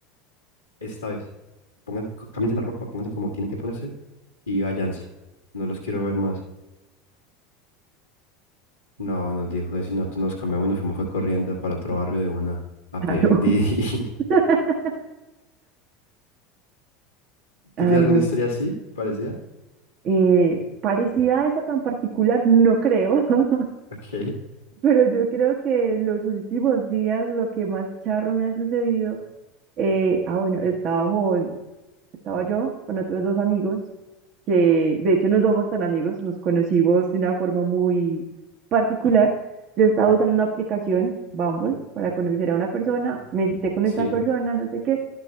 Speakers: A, on the left; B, on the right.
A: esta vez. Pongan, cámbiense la ropa, pónganse como tienen que ponerse y váyanse. No los quiero ver más. No, nos dijo eso y nosotros nos cambiamos y nos fuimos fue corriendo para otro barrio de una a
B: claro.
A: pedir un Didi. <laughs>
B: <laughs> Ay,
A: ¿Tú tienes alguna
B: no.
A: historia así? Parecía.
B: Eh, parecida a esa tan particular, no creo, <laughs>
A: Ok,
B: pero yo creo que en los últimos días lo que más charro me ha sucedido, eh, ah, bueno, estábamos Estaba yo con otros dos amigos, que de hecho no somos tan amigos, nos conocimos de una forma muy particular. Yo estaba usando una aplicación, Bumble, para conocer a una persona, me cité con
A: sí.
B: esta persona, no sé qué,